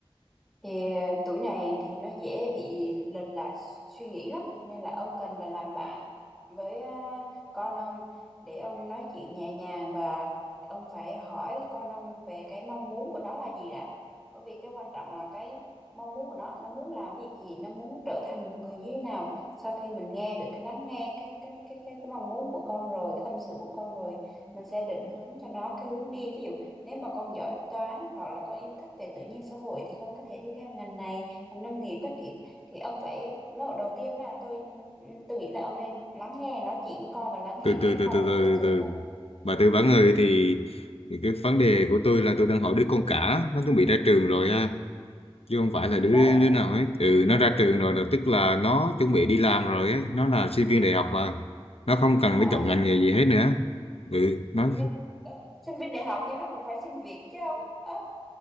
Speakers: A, in the centre; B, on the left.
A: Thì ờ, tuổi này thì nó dễ bị lệch lạc suy nghĩ lắm nên là ông cần phải làm bạn với à, con ông để ông nói chuyện nhẹ nhàng và ông phải hỏi con ông về cái mong muốn của nó là gì đã bởi vì cái quan trọng là cái mong muốn của nó nó muốn làm việc gì nó muốn trở thành một người như thế nào sau khi mình nghe được cái lắng nghe cái cái cái cái, cái mong muốn của con rồi cái tâm sự của con rồi mình sẽ định hướng cho nó cái hướng đi ví dụ Nếu mà con giỏi toán hoặc là con yêu thích về tự nhiên xã hội thì con có thể đi theo ngành này, ngành nông nghiệp các kiểu. Thì ông phải lúc đầu tiên là tôi tôi nghĩ là ông nên lắng nghe nói chuyện với con và lắng nghe
B: từ
A: cái
B: từ
A: mong
B: từ từ
A: muốn
B: từ
A: tâm sự
B: từ
A: của con.
B: bà tư vấn người thì thì cái vấn đề của tôi là tôi đang hỏi đứa con cả nó chuẩn bị ra trường rồi ha chứ không phải là
A: Thì
B: đứa
A: đấy,
B: đứa nào hết ừ nó ra trường rồi là tức là nó chuẩn bị đi làm rồi ấy nó là sinh viên đại học mà nó không
A: nhưng
B: cần
A: mà
B: phải chọn ngành nghề gì hết nữa ừ nó
A: nhưng ơ, sinh viên đại học nhưng nó cũng phải xin việc chứ ông. Ơ,